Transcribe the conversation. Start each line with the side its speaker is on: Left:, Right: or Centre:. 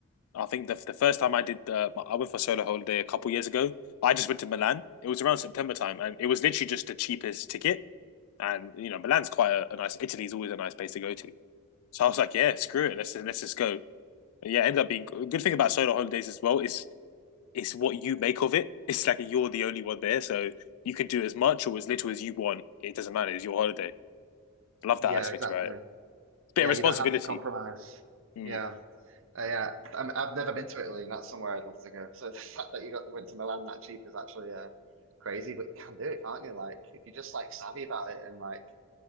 Left: I think the the first time I did uh, my, I went for a solo holiday a couple years ago. I just went to Milan. It was around September time, and it was literally just the cheapest ticket. And you know, Milan's quite a, a nice. Italy's always a nice place to go to. So I was like, yeah, screw it, let's let's just go. And yeah, it ended up being a good thing about solo holidays as well is it's what you make of it. It's like you're the only one there, so you can do as much or as little as you want. It doesn't matter. It's your holiday. I love
Right: Yeah,
Left: that aspect
Right: exactly.
Left: about it. It's a bit
Right: Yeah,
Left: of responsibility.
Right: you don't have to compromise.
Left: Mm.
Right: Yeah. Uh, yeah, I mean, I've never been to Italy, and that's somewhere I'd love to go. So <laughs> the fact that you got went to Milan that cheap is actually uh, crazy, but you can do it, can't you? Like if you're just like savvy about it and like